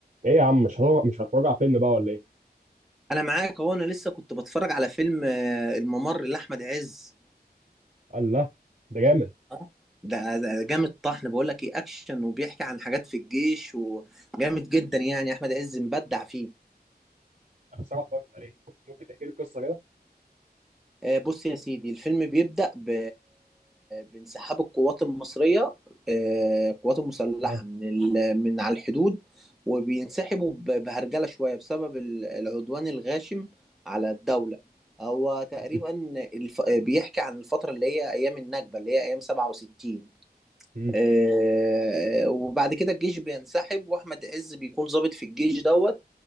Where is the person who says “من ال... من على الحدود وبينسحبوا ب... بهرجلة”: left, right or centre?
Centre